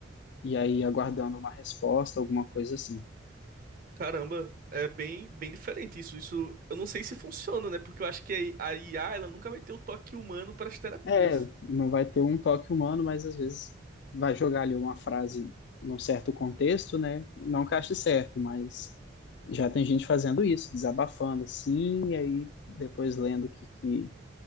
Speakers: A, on the left; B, on the right.
A: e aí aguardando uma resposta, alguma coisa assim.
B: Caramba, é bem, bem diferente isso. Isso eu não sei se funciona, né? Porque eu acho que a I a IA ela nunca vai ter o toque humano para as terapias.
A: É, não vai ter um toque humano, mas às vezes vai jogar ali uma frase num certo contexto, né? Não que ache certo, mas já tem gente fazendo isso, desabafando assim, e aí depois lendo o que, que,